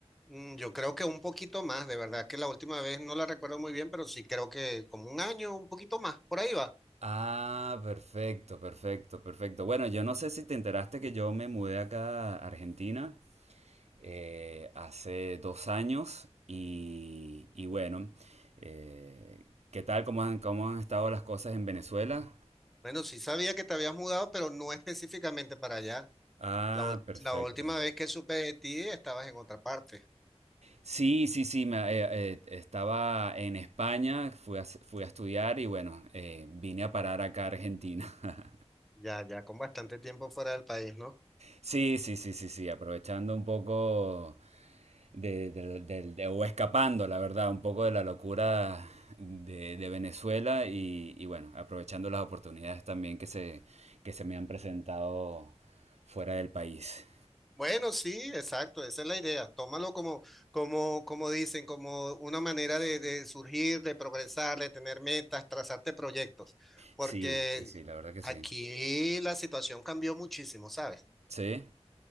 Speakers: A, in the centre; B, on the right (about 75°).
A: Mm, Yo creo que un poquito más, de verdad que la última vez no la recuerdo muy bien, pero sí creo que como un año, un poquito más, por ahí va.
B: Ah, perfecto, perfecto, perfecto. Bueno, yo no sé si te enteraste que yo me mudé acá a Argentina eh, hace dos años y, y bueno, eh, ¿qué tal? ¿Cómo han, cómo han estado las cosas en Venezuela?
A: Bueno, sí sabía que te habías mudado, pero no <laughs> específicamente para allá.
B: Ah,
A: La, ul-
B: perfecto.
A: la última vez que supe de ti estabas en otra parte.
B: Sí, sí, sí, me- eh, eh, estaba en España, fui a, fui a estudiar y bueno, eh, vine a parar acá a Argentina. <laughs>
A: Ya, ya con bastante tiempo fuera del país, ¿no?
B: Sí, sí, sí, sí, sí, aprovechando un poco de, de- de- de- o escapando, la verdad, un poco de la locura de, de Venezuela y, y bueno, aprovechando las oportunidades también que se, que se me han presentado fuera del país.
A: Bueno, sí, exacto, esa es la idea. Tómalo como, como, como dicen, como una manera de, de surgir, de progresar, de tener metas, trazarte proyectos, porque
B: Sí, sí, sí, la verdad que sí.
A: aquí la situación cambió muchísimo, ¿sabes?
B: Sí.